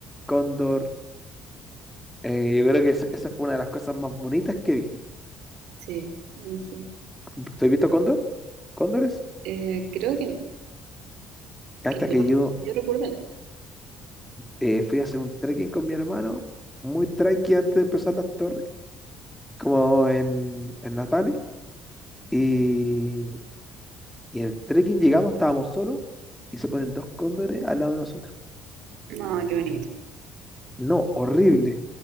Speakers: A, in the centre; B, on the right.
A: cóndor. Eh, yo creo que es- esa fue una de las cosas más bonitas que vi.
B: Sí, me imagino.
A: ¿Tú has visto Cóndor? ¿Cóndores?
B: Eh, creo que no,
A: Hasta
B: que yo,
A: que yo
B: yo recuerdo no.
A: eh, fui a hacer un trekking con mi hermano, muy tranqui antes de empezar las torres, como en, en Natales. Y, y en el trekking llegamos, estábamos solos, y se ponen dos cóndores al lado de nosotros.
B: No, qué bonito. <laughs>
A: No, horrible,